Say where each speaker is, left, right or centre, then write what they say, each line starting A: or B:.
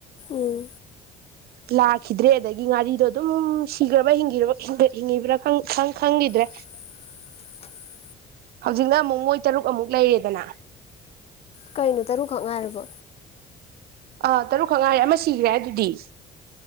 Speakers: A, on the left; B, on the right.
A: ꯎꯝ
B: ꯂꯥꯛꯈꯤꯗ꯭ꯔꯦ ꯑꯗꯒꯤ ꯉꯥꯔꯤꯗꯣ ꯑꯗꯨꯝ ꯁꯤꯈ꯭ꯔꯕꯤꯡ ꯍꯤꯡꯕ꯭ꯔꯥ ꯈꯪꯈꯤꯗ꯭ꯔꯦ
A: <unintelligible>
B: ꯍꯧꯖꯤꯛꯅ ꯑꯃꯨꯛ ꯃꯣꯏ ꯇꯔꯨꯛ ꯑꯃꯨꯛ ꯂꯩꯔꯦꯗꯅ
A: ꯀꯩꯅꯣ ꯇꯔꯨꯛꯈꯛ ꯉꯥꯏꯔꯕꯣ
B: ꯑꯥ ꯇꯔꯨꯛ ꯈꯛꯉꯥꯏꯔꯦ ꯑꯃ ꯁꯤꯈ꯭ꯔꯦ ꯑꯗꯨꯗꯤ